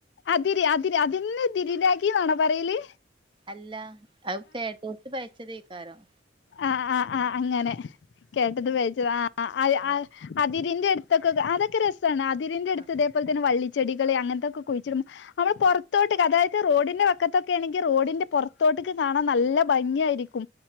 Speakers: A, on the left (about 70°); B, on the right (about 30°).
A: അതിരി അതി ഇന്നെ തിരിനാക്കിന്നാണോ പറയല്
B: അല്ല അത് കേട്ടോട്ത് പിയ ചതേക്കാരം
A: ആ ആ് ആ് അങ്ങനെ കേട്ടത് പിയച്ചത് ആ ആ
B: ആഹ്
A: അ അ ഇതിരിന്റെ അടുത്തൊക്കെ അതൊക്കെ ര അതിരിന്റെ അടുത്ത്
B: ആഹ്
A: ഇതേപോലെ തന്നെ വള്ളി ചെടികള് അങ്ങനത്തൊക്കെ കുഴിച്ചിടും നമ്മള് പുറത്തോട്ട് അതായത് റോഡിന്റെ വക്കത്തൊക്കെ ആണെങ്കിൽ റോഡിന്റെ പുറത്തോട്ടേക്ക് കാണാൻ നല്ല ഭംഗിആയിരിക്കും